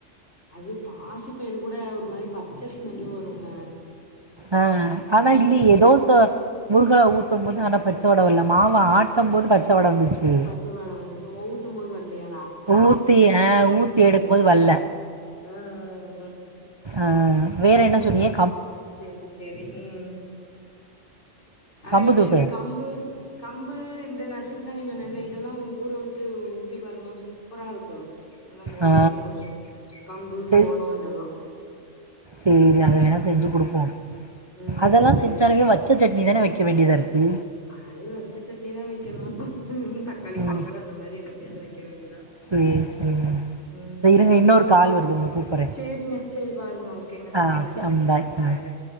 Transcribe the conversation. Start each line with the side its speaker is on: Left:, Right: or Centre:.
Left: அது பாசி பயர் கூட ஒரு மாரி பச்ச ஸ்மெல் வருங்க
Right: ஆஹ ஆனா இல்ல
Left: இது ஊத்து
Right: ஏ தோச மொருகலா ஊத்தும் போது ஆனா பச்ச அதோடவிலாம் மாவ ஆட்டம் போது பச்ச தொடங்குச்சு
Left: பச்சவாட வந்துச்சா ஓ ஊதும் போது வரலயா
Right: ஊத்தி அஹ ஊத்தி எடுக்கும் போது வல்ல
Left: ஆஹ ஆஹ் உஹம்
Right: ஆஹ வேற என்ன சொன்னிங்க
Left: சேரி சேரி உம் ஆனா
Right: கம்பு
Left: இது
Right: தோசையா
Left: கம்பு கம்பு இந்த ந சிறுதானி இந்த இதெல்லாம் ஊற வச்சு சுத்தி பாருங்க சூப்பரா இருக்கும் நல்லா மொறுமொருன்னு
Right: ஆ
Left: வரும் கம்பு
Right: செ
Left: சோளம் இதெலாம்
Right: சேரி அத வேணா செஞ்சு குடுப்போம்
Left: ம்
Right: அதெலாம்
Left: சேரி
Right: செஞ்சாலே வச்ச சட்டி நீதானே வக்க வேண்டியத இருக்கு
Left: அது வச்சச்சட்னி தான் வக்கணும் தக்காளி
Right: ம்
Left: கொழம்பு அந்த மாரி எனத்தாவது வக்க வேண்டியதான்
Right: சேரி சேரி
Left: உம்
Right: இருங்க இன்னொரு கால் வருது உங்கள கூப்பறே
Left: சேரிங்க சேரி பாருங்க ஓகேங்க
Right: ஆ
Left: வக்கிறேன்
Right: ஓகே ம்
Left: பாய்
Right: ஆ
Left: பாய்